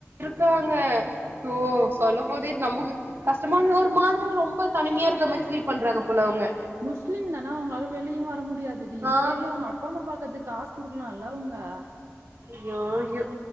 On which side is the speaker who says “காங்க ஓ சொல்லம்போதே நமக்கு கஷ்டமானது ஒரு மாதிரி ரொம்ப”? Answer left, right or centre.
Right